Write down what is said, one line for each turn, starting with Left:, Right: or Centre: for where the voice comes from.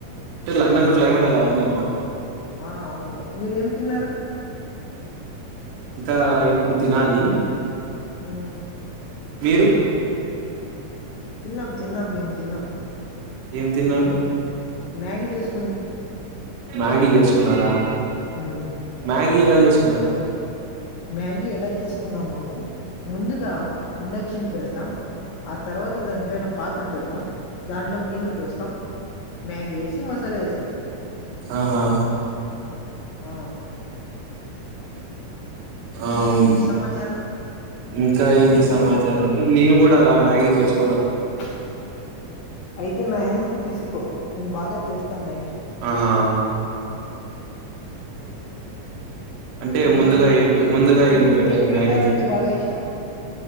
Right: అంటే లండన్ లో క్లైమేట్ అలా ఉందనమాట
Left: ఆ అవునవును మీరు ఏం తిన్నారు
Right: ఆ ఇప్పుడు తినాలి
Left: ఆ
Right: మీరు
Left: తిన్నాం తిన్నాం మేము తిన్నాం
Right: ఏం తిన్నారు
Left: మ్యాగి చేసు
Right: మ్యాగీ చేసుకున్నారా
Left: మ్మ్
Right: మ్యాగీ ఎలా చేస్ తినమ్
Left: మ్యాగీ ఎలా చేసుకున్నామంటే ముందుగా ఇండక్షన్ పెడతాం ఆ తర్వాత దానిపైన పాత్ర పెడతాం దాంట్లో నీళ్లు పోస్తాం మ్యాగి వేసి మస్ అల చేేస్తాం
Right: ఆహా
Left: ఆ
Right: ఆ
Left: ఇంకా
Right: మ్
Left: ఏంటి సమాచారం
Right: ఇంక ఏంటి సమాచారం అంటే నిలబడాలి మ్యాగీ చేసు
Left: ప్చ్ అయితే నా హెల్ప్ తీసుకో నేను బాగా చేస్ త మ్యాగి
Right: ఆహా అంటే
Left: ఇంకా
Right: ముందుగా
Left: ఏంటి
Right: ఏవి ముందుగా
Left: మీకు
Right: ఏమి పెట్టాలి
Left: ఏ క్రీడలంటే
Right: మ్యాగీకి
Left: బాగా ఇష్టం